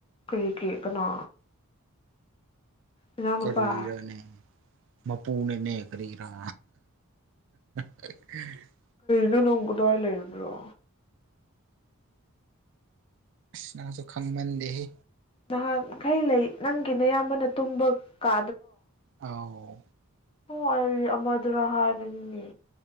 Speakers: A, on the left; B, on the right.
A: ꯀꯔꯤ ꯀꯔꯤ ꯀꯅꯥ ꯅꯅꯥꯎꯅꯨꯄꯥ
B: ꯀꯔꯤꯔꯅꯦ ꯃꯥꯄꯨꯅꯦ ꯅꯩꯅꯈꯔꯤꯔꯥ <unintelligible>
A: ꯑꯗꯨ ꯅꯣꯡꯗꯔ ꯂꯩ꯭ꯔꯣ
B: ꯅꯪꯁꯨ ꯈꯪꯃꯟꯗꯦꯍꯦ
A: ꯅꯍꯥꯟꯈꯩ ꯂꯩ ꯅꯪꯒꯤꯅ ꯑꯌꯥꯝꯕꯅ ꯇꯨꯝꯕ ꯀꯥ
B: ꯑꯥꯎ
A: ꯍ ꯑꯩ ꯑꯃꯗꯨꯔ ꯍꯥꯏꯕꯅꯤꯅꯦ